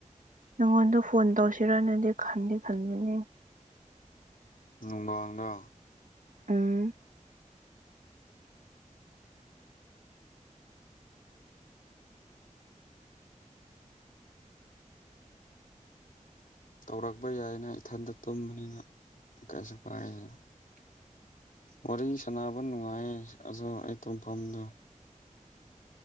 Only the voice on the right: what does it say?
ꯅꯪꯉꯣꯟꯗ ꯐꯣꯟ ꯇꯧꯁꯤꯔꯅꯗꯤ ꯈꯟꯗꯤ ꯈꯟꯕꯅꯦ
ꯎꯝ